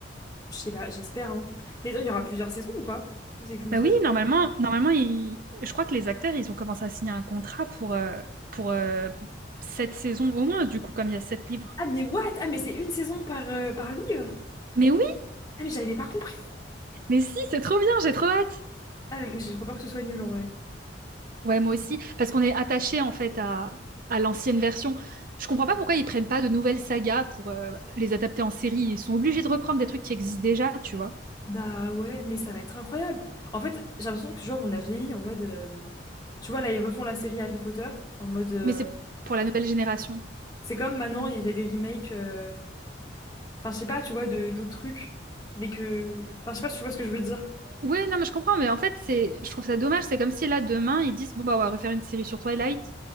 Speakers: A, on the left; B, on the right.
A: je sais pas, j'espère, hein. Mais attends, il y aura plusieurs saisons ou pas? Ou c'est qu'une
B: Bah
A: seule?
B: oui, normalement, normalement ils- je crois que les acteurs, ils ont commencé à signer un contrat pour, euh, pour euh, sept saisons au moins, du coup, comme il y a sept livres.
A: Ah mais what? Ah mais c'est une saison par euh, par livre?
B: Mais oui,
A: Ah mais j'avais pas compris.
B: mais si, c'est trop bien, j'ai trop hâte.
A: Ah mais moi, j'ai trop peur que ce soit nul en vrai.
B: Ouais, moi aussi, parce qu'on est attaché en fait à, à l'ancienne version. Je comprends pas pourquoi ils prennent pas de nouvelles sagas pour euh, les adapter en série. Ils sont obligés de reprendre des trucs qui existent déjà, tu vois.
A: Bah ouais, mais ça va être incroyable. En fait, j'ai l'impression que genre on a vieilli en mode, euh, tu vois là ils refont la série Harry Potter en mode, euh,
B: Mais c'est pour la nouvelle génération.
A: c'est comme maintenant il y a des remakes. euh, Enfin, je sais pas, tu vois, de d'autres trucs. Mais que. Enfin, je sais pas si tu vois ce que je veux dire.
B: Oui, non, mais je comprends, mais en fait, c'est, je trouve ça dommage. C'est comme si là, demain, ils disent, bon, bah, on va refaire une série sur Twilight,